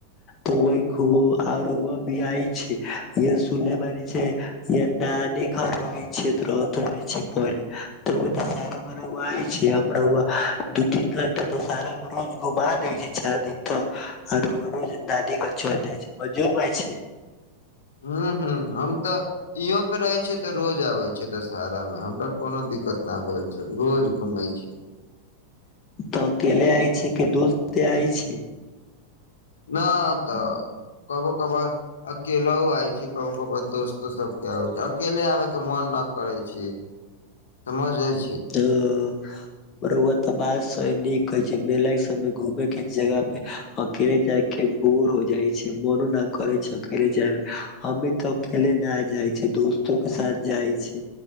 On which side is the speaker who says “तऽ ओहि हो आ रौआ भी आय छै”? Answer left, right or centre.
Left